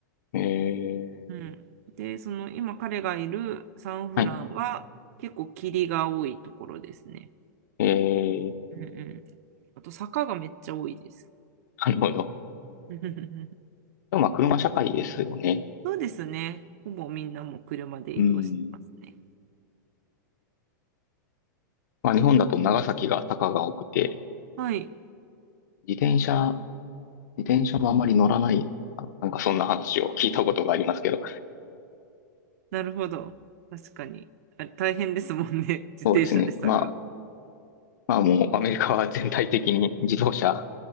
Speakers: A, on the left; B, on the right.
A: えー、
B: うん、で、その今彼がいるサンフランは結構霧が多いところですね。
A: はい。えー、
B: うんうん。あと坂がめっちゃ多いです。
A: なるほど。
B: <laughs>
A: でもまあ車社会ですよね。
B: そうですね。ほぼみんなもう車で移動してますね。
A: うん。まあ日本だと長崎が坂が多くて、
B: はい。
A: 自転車、自転車もあまり乗らない、あなんかそんな話を聞いたことがありますけど、
B: なるほど。確かに。あれ大変ですもんね。<laughs> 自転車で坂。
A: そうですね。まあ、まあもうアメリカは全体的に自動車っ